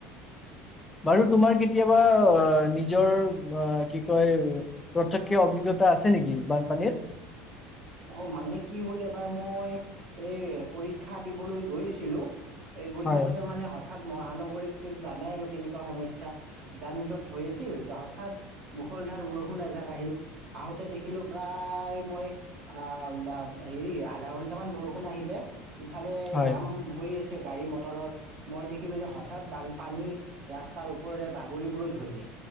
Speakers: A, on the left; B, on the right.
A: বাৰু তোমাৰ কেতিয়াবা, আহ নিজৰ আহ কি কয় প্ৰতক্ষ অভিজ্ঞতা আছে নেকি বানপানীৰ?
B: অ মানে কি হ'ল, এবাৰ মই এই পৰীক্ষা দিবলৈ গৈ আছিলো। এই গৈ
A: হয়
B: থাকোতে মানে হঠাৎ। হঠাৎ মহানগৰীততো জানাই আৰু কেনেকুৱা সমস্যা, যান জঁট হৈ আছিল হঠাৎ মুখলধাৰ বৰষুণ এজাক আহিল, আহোঁতে দেখিলো প্ৰায় মই। অ দা হেৰি আধা ঘন্টামান বৰষুণ আহিলে। ইফালে
A: হয়
B: জাম হৈ আছে। গাড়ী মটৰৰ মই দেখিলো যে হঠাৎ বাল পানী ৰাস্তাৰ ওপৰেৰে বাগৰিবলৈ ধৰিলে।